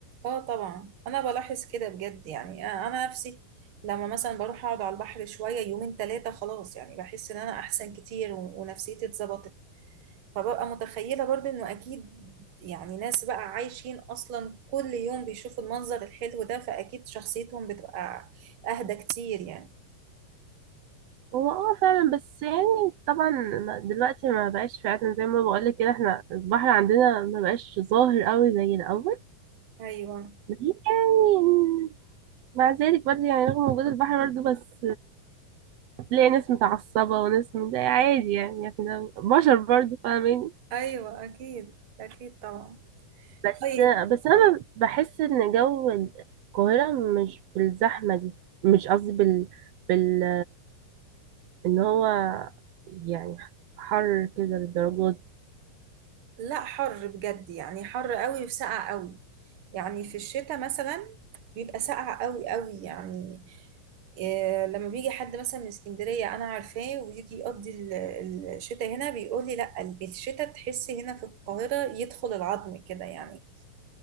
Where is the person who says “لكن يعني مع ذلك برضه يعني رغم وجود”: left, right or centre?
Right